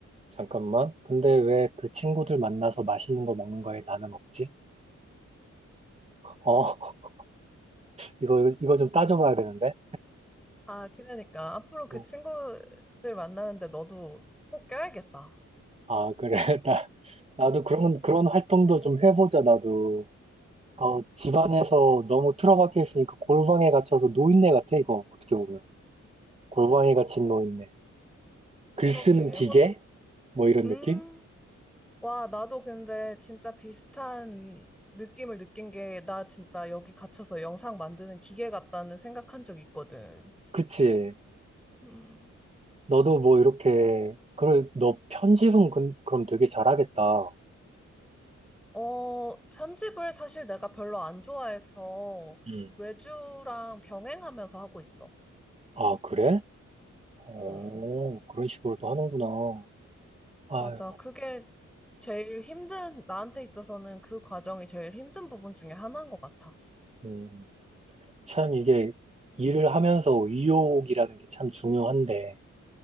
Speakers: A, on the right; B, in the centre.
A: 잠깐만. 근데 왜 그 친구들 만나서 맛있는 거 먹는 거에 나는 없지? 어, <laughs> 이거, 이거 좀 따져봐야 되는데.
B: 아, 그러니까 앞으로 그
A: 어.
B: 친구들 만나는데 너도 꼭 껴야겠다.
A: 아, 그래. <laughs> 나, 나도 그런, 그런 활동도 좀 해보자, 나도. 어, 집안에서 너무 틀어박혀 있으니까 골방에 갇혀서 노인네 같아, 이거. 어떻게 보면. 골방에 갇힌 노인네. 글
B: 그러게.
A: 쓰는 기계?
B: 혼,
A: 뭐 이런
B: 음.
A: 느낌?
B: 와, 나도 근데 진짜 비슷한 느낌을 느낀 게 나 진짜 여기 갇혀서 영상 만드는 기계 같다는 생각한 적 있거든.
A: 그치.
B: 음.
A: 너도 뭐 이렇게, 그래, 너 편집은 그, 그럼 되게 잘하겠다.
B: 어, 편집을 사실 내가 별로 안 좋아해서
A: 음.
B: 외주랑 병행하면서 하고 있어.
A: 아, 그래? 어,
B: 음,
A: 그런 식으로도 하는구나. 아,
B: 맞아. 그게 제일 힘든, 나한테 있어서는 그 과정이 제일 힘든 부분 중에 하나인 것 같아.
A: 음, 참 이게 일을 하면서 의욕이라는 게 참 중요한데.